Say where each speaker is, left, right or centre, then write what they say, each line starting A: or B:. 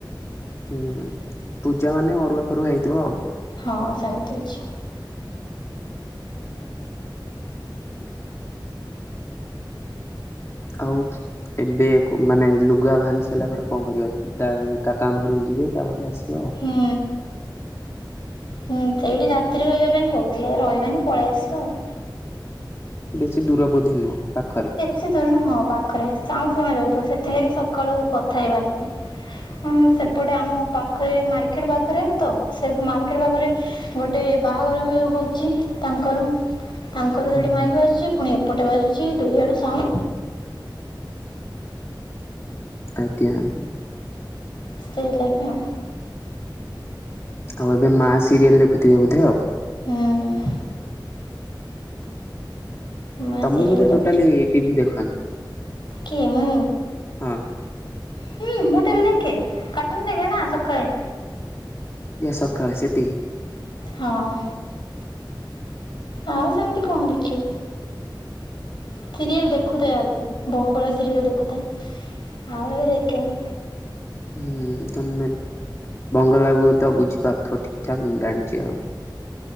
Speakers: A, on the left; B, on the left.
A: ହୁଁ ପୂଜା ମାନେ ଅରୁଆ ଫରୁଆ ହେଇଥିବ ଆଉ।
B: ହଁ ସେମତି ଅଛି।
A: ଆଉ ଏବେ ମାନେ ଲୁଗା ଭାଙ୍ଗି ସାରିଲା ପରେ କଣ କରିବା ଅଛି? ତା କାକାଙ୍କ ଘରକୁ ଯିବେ ତାପରେ ଆସିବେ ଆଉ।
B: ହୁଁ ହୁଁ ସେଇଠି ରାତିରେ ରହିବା ପାଇଁ କହୁଥିଲେ, ରହିବାନି ପଳେଇ ଆସିବା ଆଉ।
A: ବେଶୀ ଦୂର ବୋଧେ ନୁହେଁ ପାଖରେ?
B: ସେ ଦୂର ନୁହଁ ପାଖରେ ସାଉଣ୍ଡ ଶୁଣାଯାଉଥିବ ସେଥିଲାଗି ସକାଳୁ କଥା ହେଇପାରୁନି। ହଁ ସେପଟେ ଆମ ପାଖରେ ମାର୍କେଟ ପାଖରେ ତ ସେ ମାର୍କେଟ ପାଖରେ ଗୋଟେ ବାହାଘର ବି ହ ହଉଛି ତାଙ୍କର ତାଙ୍କର
A: ହୁଁ
B: ଯୋଉଠି ମାଇକ
A: ହୁଁ।
B: ବାଜୁଛି ପୁଣି ଏପଟେ ବାଜୁଛି ଦୁଇ ଆଡ଼ୁ ସାଉଁ
A: ଆଜ୍ଞା ଆଜ୍ଞା।
B: ସେଇ ଲାଗି ଆଉ।
A: ଆଉ ଏବେ ମାଆ ସିରିଏଲ ଦେଖୁଥିବେ ବୋଧେ ଆଉ।
B: ହୁଁ ମା
A: ତମେ
B: ସିରିଏଲ
A: ବୋଧେ
B: ଦେଖୁଛୁ
A: ଟୋଟାଲି ଟିଭି ଦେଖନି।
B: କିଏ ମୁଁ?
A: ହଁ।
B: ହୁଁ ମୁଁ ଟିଭି ଦେଖେ କାର୍ଟୁନ ଦେଖେନା ସକାଳେ।
A: ଯା ସକାଳେ ସେତିକି।
B: ହଁ। ଆଉ ସେମିତି କଣ ଦେଖିବୁ? ସିରିଏଲ ଦେଖୁଥାଏ ଆଗରୁ ବଙ୍ଗଳା ସିରିଏଲ ଦେଖୁଥାଏ। ଆଉ ଏବେ ଦେଖେନି।
A: ହୁଁ, ତମେ ବଙ୍ଗଲା ହୁଏତ ବୁଝିପାରୁଥିବ ଠିକ୍ ଠାକ୍ ମୁଁ ଜାଣିଛି ଆଉ।